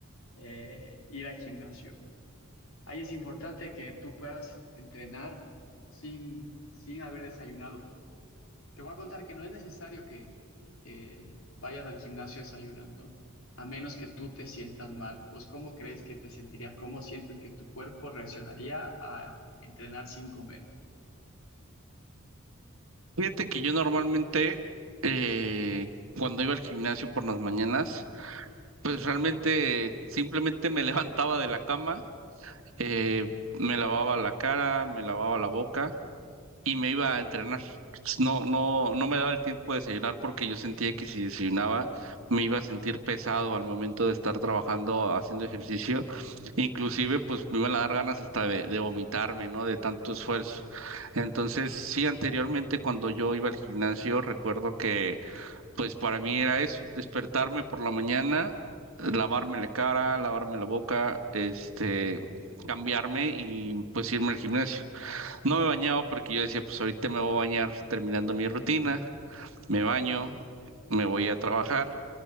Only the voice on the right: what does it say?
Fíjate que yo normalmente eh, cuando iba al gimnasio por las mañanas, pues realmente simplemente me <laughs> levantaba de la cama eh, me lavaba la cara, me lavaba la boca y me iba a entrenar. No, no, no me daba el tiempo de desayunar porque yo sentía que si desayunaba me iba a sentir pesado al momento de estar trabajando, haciendo ejercicio. Inclusive, pues me iban a dar ganas hasta de, de vomitarme, ¿no? De tanto esfuerzo. Entonces, sí, anteriormente cuando yo iba al gimnasio, recuerdo que pues para mí era eso, despertarme por la mañana, lavarme la cara, lavarme la boca, este, cambiarme y pues irme al gimnasio. No me bañaba porque yo decía, pues ahorita me voy a bañar terminando mi rutina, me baño, me voy a trabajar